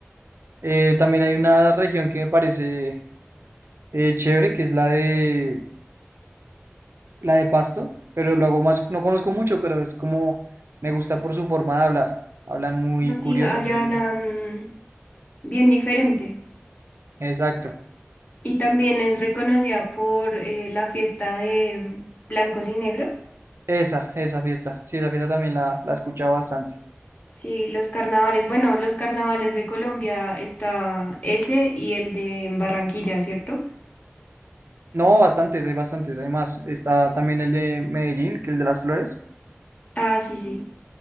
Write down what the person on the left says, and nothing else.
Así
allá
hablan bien diferente.
Y también es reconocida por eh, la fiesta de blancos y negros.
Sí, los carnavales. Bueno, los carnavales de Colombia está ese y el de Barranquilla, ¿cierto?
Ah, sí, sí.